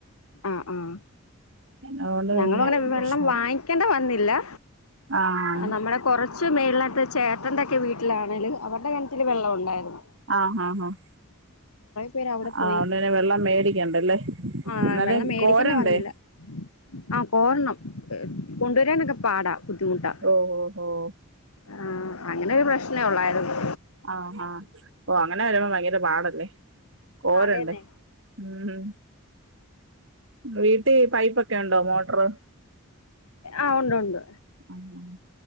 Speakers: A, on the left; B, on the right.
A: ഉം ഉം
B: അതുകൊണ്ട്
A: ഞങ്ങളു
B: പിന്നെ
A: അങ്ങനെ വെള്ളം
B: പ്രശ്നമില്ല
A: വാങ്ങിക്കെണ്ട വന്നില്ലാ
B: ആഹ്
A: നമ്മടെ കൊറച്ച് മേളിനാത്ത് ചേട്ടൻ്റെക്കെ വീട്ടിലാണെങ്കിലും അവരുടെ കെണറ്റില് വെള്ളം ഒണ്ടായിരുന്നു
B: ആഹ് ആഹ് ആഹ്
A: പേര് അവിടെ പോയി
B: ആഹ് അന്നേരം വെള്ളം മേടിക്കണ്ടല്ലേ
A: ആഹ്
B: അന്
A: വെള്ളം
B: <unintelligible>
A: മേടിക്കേണ്ട
B: കോരണ്ടേ?
A: വന്നില്ല ആഹ് കോരണം എഹ് കൊണ്ടോരാനൊക്കെ പാടാ. ബുദ്ധിമുട്ടാ
B: ഓഹ് ഓഹ് ഓഹ്
A: ആഹ് അങ്ങനൊരു പ്രശ്നേ ഒള്ളായിര്ന്നു.
B: ആഹ് ഹാ ഓഹ് അങ്ങനെ വെരുമ്പോ ഭയങ്കര പാടല്ലേ കോരണ്ടേ
A: അതേന്നെ
B: ഉം വീട്ടി പൈപ്പൊക്കെണ്ടോ മോട്ടറ്
A: ആഹ് ഉണ്ടു ണ്ട്
B: ആഹ് ആഹ്